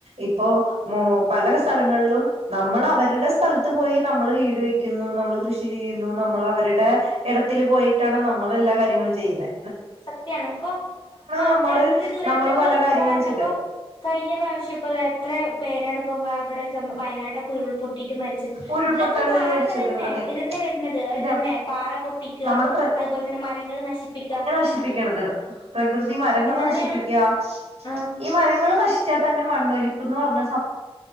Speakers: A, on the right (about 80°); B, on the left (about 50°).
A: ഇപ്പൊ മൂ പല സ്ഥലങ്ങൾലും നമ്മൾ അവര്ടെ സ്ഥലത്ത് പോയി നമ്മൾ വീട് വെക്കുന്നു നമ്മൾ കൃഷി ചെയ്യുന്നു നമ്മൾ അവര്ടെ എടത്തില് പോയിട്ടാണ് നമ്മൾ എല്ലാ കാര്യങ്ങളും ചെയ്യ്ന്നെ
B: സത്യാണ് ഇപ്പൊ ആ
A: നമ്മള്
B: പ്രകൃതി ദുരന്തങ്ങളും
A: നമ്മള് പല കാര്യങ്ങളും
B: കാരണം
A: ചെയ്ത്
B: ഇപ്പൊ കഴിഞ്ഞ പ്രാവശ്യം ഇപ്പൊ താ എത്ര പേരാണ് ഇപ്പൊ വ ഇവ്ടെ <unintelligible> വയനാടൊക്കെ ഉരുൾ പൊ ട്ടീട്ട് മരിച്ചത്
A: ഉരുൾപൊട്ടലിന്
B: ഇതിനൊക്കെ കാരണം
A: മരിച്ചത്
B: ഇതെന്നെ
A: അതെ
B: ഇതെന്നെ വെര്നത്
A: ഇതാണ്
B: ഇതെന്നെ പാറ പൊട്ടിക്കാ
A: നമ്മുടെ
B: അതുപോലെ തന്നെ മരങ്ങൾ നശിപ്പിക്കാ
A: നശിപ്പിക്ക്ണ്ത് പ്രകൃതി മരങ്ങൾ
B: തന്നെയാണ്
A: നശിപ്പിക്കാ
B: ആഹ്
A: ഈ മരങ്ങൾ നശിച്ചാൽ തന്നെ മണ്ണൊലിപ്പ്ന്ന് പർനെ